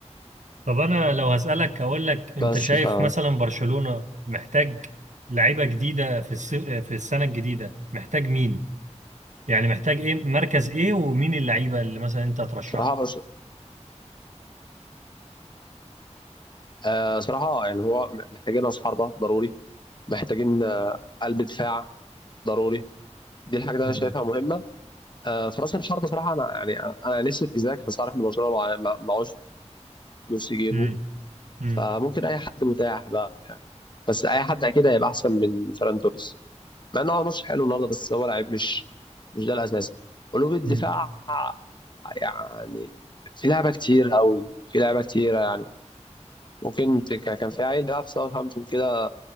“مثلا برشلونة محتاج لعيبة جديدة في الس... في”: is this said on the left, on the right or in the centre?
Right